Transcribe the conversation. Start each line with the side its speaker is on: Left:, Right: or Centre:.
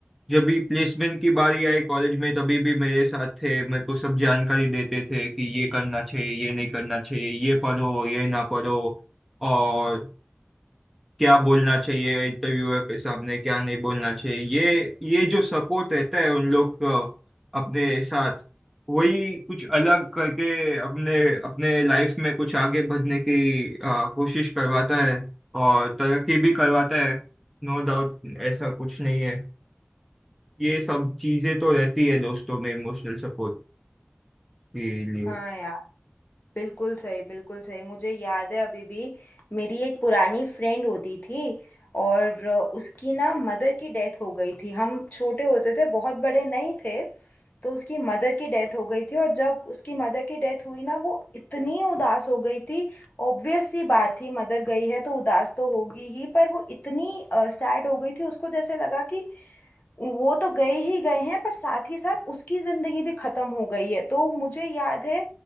Centre: जब भी प्लेसमेंट की बारी आई कॉलेज में तभी भी मेरे साथ थे मेरे को सब जानकारी देते थे कि ये करना चाहिए ये नहीं करना चाहिए ये पढ़ो ये ना पढ़ो और क्या बोलना चाहिए इंटरव्यूअर के सामने क्या नहीं बोलना चाहिए ये ये जो सपोर्ट रहता है उन लोग का अपने साथ वही कुछ अलग करके अपने अपने लाइफ में कुछ आगे बढ़ने की आ, कोशिश करवाता है और तरक्की भी करवाता है No doubt ऐसा कुछ नहीं है ये सब चीजें तो रहती है दोस्तों में इमोशनल सपोर्ट के लिए
Left: हाँ यार बिल्कुल सही बिल्कुल सही मुझे याद है अभी भी मेरी एक पुरानी फ्रेंड होती थी और उसकी ना मदर की डेथ हो गई थी हम छोटे होते थे बहुत बड़े नहीं थे तो उसकी मदर की डेथ हो गई थी और जब उसकी मदर की डेथ हुई ना वो इतनी उदास हो गई थी ऑब्वियस सी बात थी मदर गई है तो उदास तो होगी ही पर वो इतनी सैड हो गई थी उसको जैसे लगा कि वो तो गए ही गए हैं पर साथ ही साथ उसकी जिंदगी भी खत्म हो गई है तो मुझे याद है